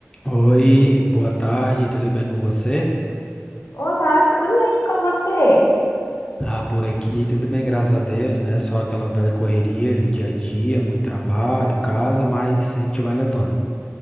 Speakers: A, on the left; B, on the left.
A: Oi, boa tarde, tudo bem com você?
B: Olá, tudo bem com você?
A: Ah, por aqui, tudo bem, graças a Deus, né? Só aquela velha correria do dia a dia, muito trabalho, casa, mas a gente vai levando.